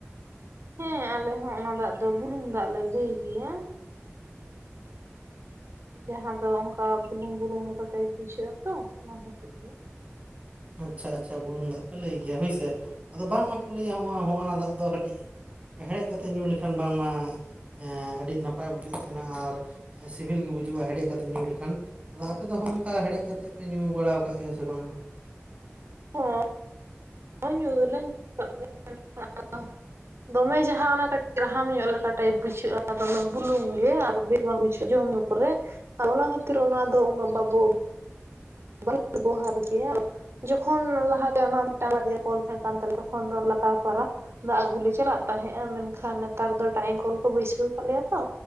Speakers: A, on the right; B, on the right.
A: ᱦᱮᱸ ᱟᱞᱮ ᱦᱚᱸ ᱚᱱᱟ ᱫᱟᱜᱽ ᱫᱚ ᱵᱩᱞᱩᱝ ᱫᱟᱜᱽ ᱞᱮ ᱞᱟᱹᱭ ᱜᱮᱭᱟ ᱾ ᱡᱟᱦᱟᱸ ᱫᱚ ᱚᱝᱠᱟ ᱵᱩᱞᱩᱝᱼᱵᱩᱞᱩᱝ ᱞᱮᱠᱟ ᱴᱟᱭᱤᱯ ᱵᱩᱡᱷᱟᱹᱜᱼᱟ ᱛᱚ ᱚᱱᱟ ᱠᱷᱟᱹᱛᱤᱨ ᱜᱮ ᱾
B: ᱟᱪᱪᱷᱟ ᱟᱪᱪᱷᱟ ᱵᱩᱞᱩᱝ ᱫᱟᱜᱽ ᱯᱮ ᱞᱟᱹᱭ ᱜᱮᱭᱟ ᱦᱚᱭᱥᱮ ᱟᱫᱚ ᱵᱟᱝ ᱢᱟ ᱠᱚ ᱞᱟᱹᱭᱟ ᱦᱚᱸᱜᱼᱚᱭ ᱱᱚᱜᱼᱱᱟ ᱫᱟᱜᱽ ᱫᱚ ᱠᱟᱹᱴᱤᱡᱼᱼ ᱦᱮᱲᱮᱜ ᱠᱟᱛᱮᱜ ᱧᱩ ᱞᱮᱠᱷᱟᱱ ᱵᱟᱝ ᱢᱟᱼᱼ ᱦᱮᱸ ᱟᱹᱰᱤᱜ ᱱᱟᱯᱟᱭ ᱵᱩᱡᱩᱜ ᱛᱟᱦᱮᱸᱱᱟ ᱟᱨ ᱥᱤᱵᱤᱞ ᱜᱮ ᱵᱩᱡᱩᱜᱼᱟ, ᱦᱮᱰᱮᱜ ᱠᱟᱛᱮᱜ ᱧᱩ ᱞᱮᱠᱷᱟᱱ ᱾ ᱟᱫᱚ ᱟᱯᱮ ᱫᱚ ᱦᱚᱸᱜᱼᱚᱝᱠᱟ ᱦᱮᱰᱮᱜ ᱠᱟᱛᱮᱜ ᱯᱮ ᱧᱩ ᱵᱟᱲᱟ ᱟᱠᱟᱣ ᱜᱮᱭᱟ ᱥᱮ ᱵᱟᱝ?
A: ᱦᱚᱸᱻ ᱦᱚᱸ ᱧᱩ ᱫᱚ ᱞᱮ <unintelligible> <unintelligible> ᱾ <unintelligible> ᱫᱚᱢᱮ ᱡᱟᱦᱟᱸ ᱚᱱᱟ ᱠᱟᱹᱴᱤᱡ ᱨᱟᱦᱟᱢ ᱧᱚᱜ ᱞᱮᱠᱟ ᱴᱟᱭᱤᱯ ᱵᱩᱡᱷᱟᱹᱜᱼᱟ, ᱫᱚᱢᱮ ᱵᱩᱞᱩᱝᱼᱼ ᱜᱮ ᱟᱨ ᱵᱮᱨ ᱢᱟ ᱵᱩᱡᱩᱜ ᱡᱚᱢᱼ ᱧᱩ ᱠᱚᱨᱮᱜ ᱟᱨ ᱚᱱᱟ ᱠᱷᱟᱹᱛᱤᱨ ᱚᱱᱟ ᱫᱚ ᱩᱱᱟᱹᱜ ᱵᱟᱵᱚᱼᱼ ᱵᱟᱵᱚ ᱵᱮᱵᱚᱦᱟᱨ ᱜᱮᱭᱟ ᱾ ᱡᱚᱠᱷᱚᱱ ᱞᱟᱦᱟᱛᱮ ᱚᱱᱟ ᱢᱤᱫᱴᱟᱼ ᱵᱟᱨᱭᱟ ᱠᱚᱞ ᱛᱟᱦᱮᱸ ᱠᱟᱱ ᱛᱟᱞᱮᱭᱟ ᱛᱚᱠᱷᱚᱱ ᱫᱚ ᱞᱟᱛᱟᱨ ᱯᱟᱨᱟ ᱫᱟᱜᱽ ᱟᱹᱜᱩ ᱞᱮ ᱪᱟᱞᱟᱜ ᱛᱟᱦᱮᱸᱜᱼᱟ, ᱢᱮᱱᱠᱷᱟᱱ ᱱᱮᱛᱟᱨ ᱫᱚ ᱴᱟᱭᱤᱢ ᱠᱚᱞ ᱠᱚ ᱵᱟᱹᱭᱥᱟᱹᱣ ᱠᱟᱜ ᱞᱮᱭᱟ ᱛᱚ᱾